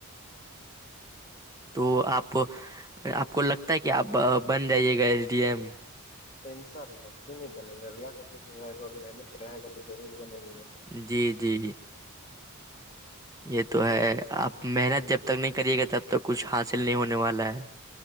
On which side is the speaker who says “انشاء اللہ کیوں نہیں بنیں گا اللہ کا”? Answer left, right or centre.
Left